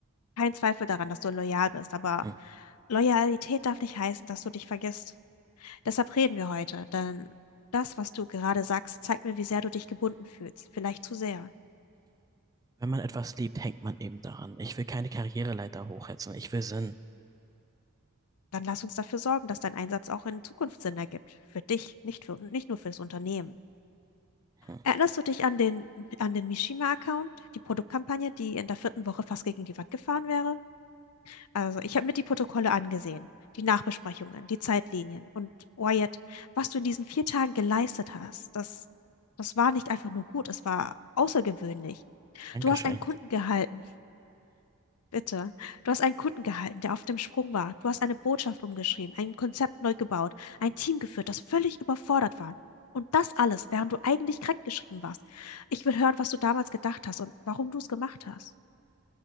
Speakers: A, on the left; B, on the right.
A: keinen Zweifel daran, dass du loyal bist, aber
B: Hm.
A: Loyalität darf nicht heißen, dass du dich vergisst. Deshalb reden wir heute, denn das, was du gerade sagst, zeigt mir, wie sehr du dich gebunden fühlst. Vielleicht zu sehr.
B: Wenn man etwas liebt, hängt man eben daran. Ich will keine Karriereleiter hochhetzen. Ich will Sinn.
A: Dann lass uns dafür sorgen, dass dein Einsatz auch in Zukunft Sinn ergibt. Für dich, nicht für, nicht nur für das Unternehmen.
B: Hm.
A: Erinnerst du dich an den, an den Mishima-Account, die Produktkampagne, die in der vierten Woche fast gegen die Wand gefahren wäre? Also, ich habe mir die Protokolle angesehen, die Nachbesprechungen, die Zeitlinien und Wyatt, was du in diesen vier Tagen geleistet hast, das, das war nicht einfach nur gut, es war außergewöhnlich.
B: Dankeschön.
A: Du hast einen Kunden gehalten, Bitte. Du hast einen Kunden gehalten, der auf dem Sprung war. Du hast eine Botschaft umgeschrieben, ein Konzept neu gebaut, ein Team geführt, das völlig überfordert war. Und das alles, während du eigentlich krankgeschrieben warst. Ich will hören, was du damals gedacht hast und warum du es gemacht hast.